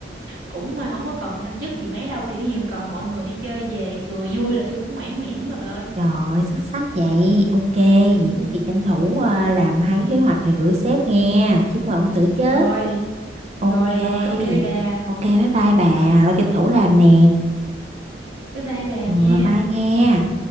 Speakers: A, on the right; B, on the right.
A: cũng mà không có cần thăng chức gì mấy đâu kiểu như cần mọi người đi chơi về cười vui là tôi cũng mãn nguyện lắm rồi bà ơi
B: trời ơi, xuất sắc vậy ok vậy
A: ừ
B: có gì tranh thủ à, làm hai cái kế hoạch rồi gửi sếp nghe chứ mà không tự chứ
A: rồi
B: ok
A: rồi rồi ok bà
B: ok bye bye bà tao tranh thủ làm nè
A: bye bye bà
B: ừ,
A: nha
B: bye nghe